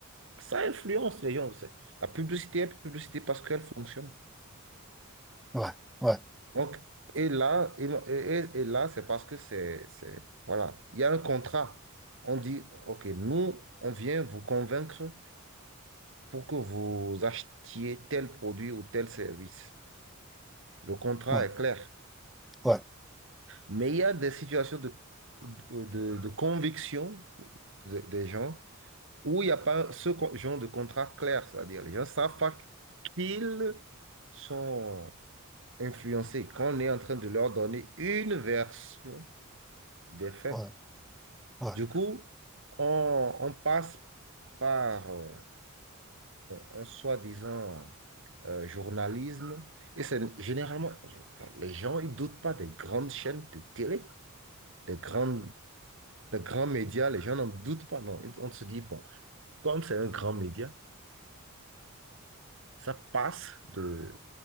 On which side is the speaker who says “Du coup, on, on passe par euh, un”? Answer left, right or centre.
Right